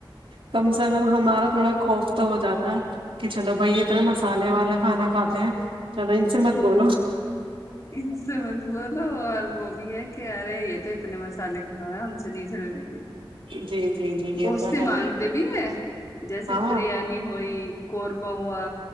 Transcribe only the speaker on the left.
ان سے م بولو اور وہ بھی ہے کہ ارے یہ تو اتنے مسالے ہاں ہم سے نہیں جلنے کی
بہت سےی
مانگتے بھی ہیں جیسے
بریانی ہوئی قورمہ ہوا